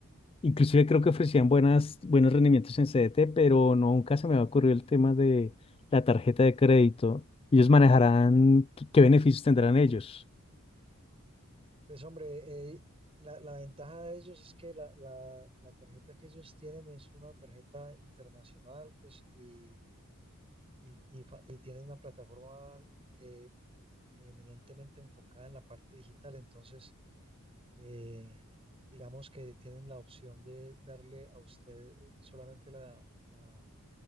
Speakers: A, on the left; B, on the right.
A: inclusive creo que ofrecían buenas, buenos rendimientos en CDT, pero nunca se me había ocurrido el tema de la tarjeta de crédito. ¿Ellos manejarán qué qué beneficios tendrán ellos?
B: Pues hombre, eh, la, la ventaja de ellos es que la, la- la tarjeta que ellos tienen es una tarjeta internacional, pues, y, y, y fa- y tienen una plataforma eh, eminentemente enfocada en la parte digital, entonces eh, digamos que tienen la opción de darle a usted solamente la, la-